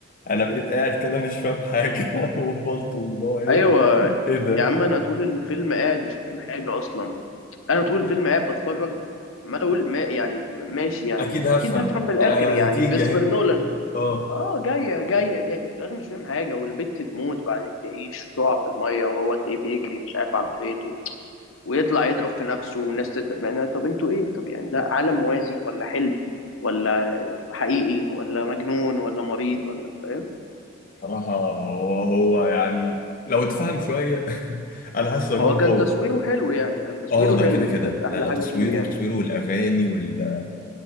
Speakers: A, on the left; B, on the left.
A: انا بقيت قاعد كده مش فاهم حاجه <laughs> وبلطم اللي هو ايه
B: ايوه
A: ايه ده
B: يا عم انا طول الفيلم قاعد مش فاهم حاجه اصلا انا طول الفيلم قاعد بتفرج عمال اقول ما يعني ماشي يعني
A: اكيد هفهم
B: اكيد هفهم في الاخر
A: آه
B: يعني
A: هتيجي
B: كريستوفر
A: اهي
B: نولان
A: اه
B: اه جايه جايه جايه في الاخر مش فاهم حاجه والبت تموت بعدين تعيش وتقع في الميه وهو تلاقيه بيجري مش عارف على الحيط و- ويطلع يضرب في نفسه والناس تت... يعني طب انتوا ايه طب يعني ده عالم موازي ولا حلم ولا حقيقي ولا مجنون ولا مريض ولا فاهم
A: صراحة هو هو يعني لو اتفهم شوية <laughs> أنا حاسه هيكون
B: هو كان
A: قوي
B: تصويره حلو يعني كان تصويره
A: اه ده
B: حلو
A: كده كده
B: دي كانت احلى
A: لا لا
B: حاجه
A: تصويره
B: فيه يعني
A: تصويره والأغاني والسينما